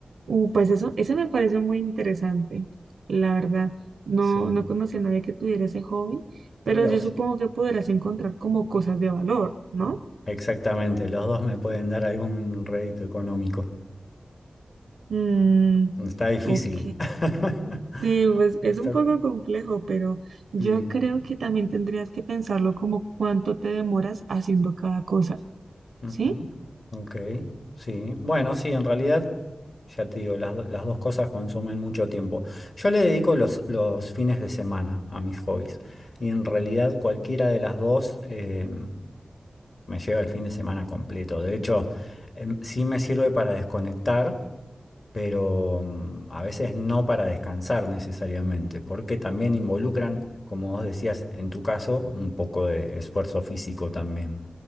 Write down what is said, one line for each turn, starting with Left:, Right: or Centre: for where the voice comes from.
Right: uh, pues eso, eso me parece muy interesante, la verdad. No,
Left: Sí,
Right: no conocí a nadie que tuviera ese hobby, pero
Left: mira
Right: yo
Left: vos.
Right: supongo que podrás encontrar como cosas de valor, ¿no?
Left: Exactamente, los dos me pueden dar algún rédito económico.
Right: Mm,
Left: Está difícil.
Right: ok.
Left: <laughs>
Right: Sí, pues es
Left: Está-
Right: un poco complejo, pero yo
Left: sí.
Right: creo que también tendrías que pensarlo como cuánto te demoras haciendo cada cosa,
Left: ujú,
Right: ¿sí?
Left: Ok, sí. Bueno, sí, en realidad, ya te digo, las, do- las dos cosas consumen mucho tiempo. Yo le dedico los, los fines de semana a mis hobbies y en realidad cualquiera de las dos eh, me lleva el fin de semana completo. De hecho, em, sí me sirve para desconectar. pero mm, a veces no para descansar necesariamente, porque también involucran, como vos decías, en tu caso, un poco de esfuerzo físico también.